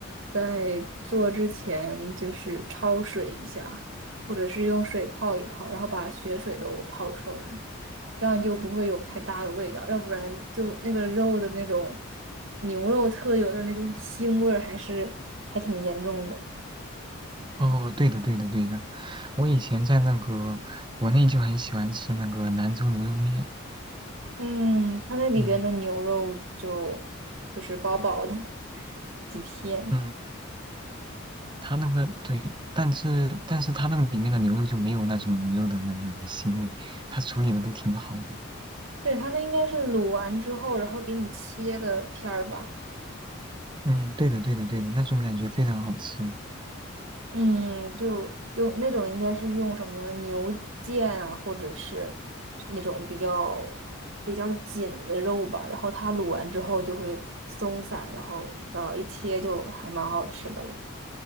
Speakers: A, on the right; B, on the right.
A: 在做之前就是焯水一下，或者是用水泡一泡，然后把血水都泡出来，这样就不会有太大的味道，要不然就那个肉的那种牛肉特有的那种腥味儿还是还挺严重的。
B: 哦，对的，对的，对的，我以前在那个国内就很喜欢吃那个兰州牛肉面。
A: 嗯，它那里边的牛肉就就是薄薄的
B: 嗯
A: <laughs> 几片，
B: 嗯，它那个对，但是但是它那个里面的牛肉就没有那种牛肉的那个腥味，它处理的都挺好的。
A: 对，它那应该是卤完之后，然后给你切的片儿吧。
B: 嗯，对的，对的，对的，那种感觉非常好吃。嗯
A: 嗯，就用那种应该是用什么牛腱啊，或者是那种比较比较紧的肉吧，然后它卤完之后就会松散，然后呃一切就还蛮好吃的了。